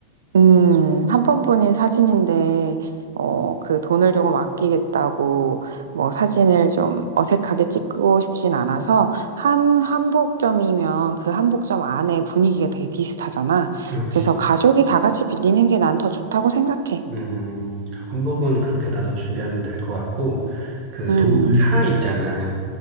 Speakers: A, on the right; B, on the right.
A: 음. 한 번뿐인 사진인데 어 그 돈을 조금 아끼겠다고 뭐 사진을 좀 어색하게 찍고 싶진 않아서 한 한복점이면 그 한복점 안에 분위기가 되게 비슷하잖아.
B: 그렇지.
A: 그래서 '가족이 다 같이 빌리는 게 난 더 좋다.'고 생각해.
B: 음, 그 한복은 그렇게 나도 준비하면 될 것 같고, 그
A: 음.
B: 도울 사랑 있잖아.